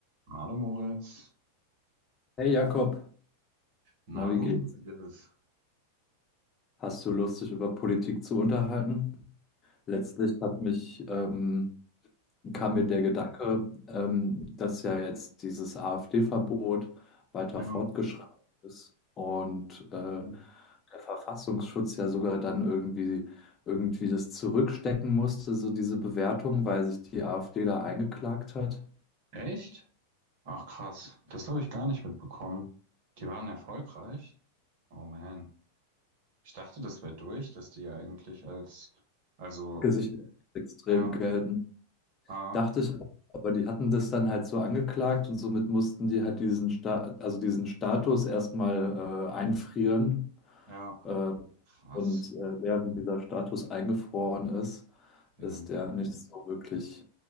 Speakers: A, on the right; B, on the left.
A: Hallo Moritz.
B: Hey Jakob,
A: Na
B: na wie
A: du,
B: geht's?
A: wie geht es?
B: Hast du Lust, dich über Politik zu unterhalten? Letztlich hat mich, ähm, kam
A: Hm.
B: mir der Gedanke, ähm, dass ja jetzt dieses AfD-Verbot weiter
A: Ja.
B: fortgeschritten ist und äh,
A: Hm.
B: der Verfassungsschutz ja sogar dann irgendwie, irgendwie das zurückstecken musste, so diese Bewertung, weil sich die AfD da eingeklagt hat.
A: Echt? Ach krass, das habe ich gar nicht mitbekommen. Die waren erfolgreich? Oh man. Ich dachte, das wäre durch, dass die eigentlich als, also,
B: Gesichert extrem
A: ja,
B: Geld
A: ah,
B: Dachte ich, auch, aber die hatten das dann halt so angeklagt und somit mussten die halt diesen Sta also diesen Status erstmal äh, einfrieren.
A: ja,
B: Äh,
A: krass.
B: und äh, während dieser Status eingefroren ist,
A: Ähm,
B: ist der nicht so wirklich